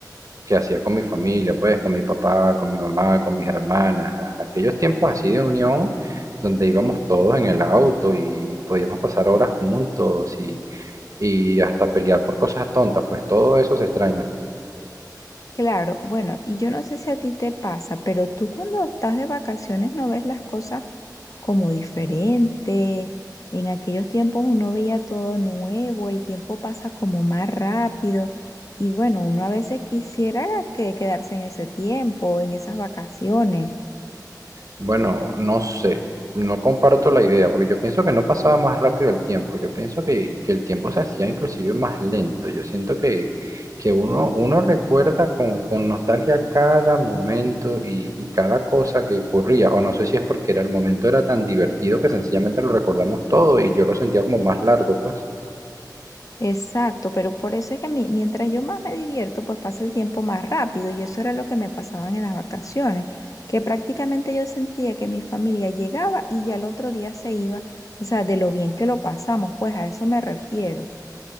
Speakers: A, on the right; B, on the left.
A: que hacía con mi familia, pues con mi papá, con mi mamá, con mis hermanas, a- aquellos tiempos así de unión donde íbamos todos en el auto y podíamos pasar horas juntos y, y hasta pelear por cosas tontas, pues todo eso se extraña.
B: Claro, bueno, y yo no sé si a ti te pasa, pero tú cuando estás de vacaciones no ves las cosas como diferente. En aquellos tiempos uno veía todo nuevo, el tiempo pasa como más rápido y bueno, uno a veces quisiera que quedarse en ese tiempo, en esas vacaciones.
A: Bueno, no sé, no comparto la idea, porque yo pienso que no pasaba más rápido el tiempo, yo pienso que, que el tiempo se hacía inclusive más lento, yo siento que, que uno, uno recuerda con, con nostalgia cada momento y, y cada cosa que ocurría, o no sé si es porque era el momento era tan divertido que sencillamente lo recordamos todo y yo lo sentía como más largo, pues.
B: Exacto, pero por eso es que mi- mientras yo más me divierto, pues pasa el tiempo más rápido y eso era lo que me pasaba en las vacaciones, que prácticamente yo sentía que mi familia llegaba y ya el otro día se iba, o sea, de lo bien que lo pasamos, pues a eso me refiero.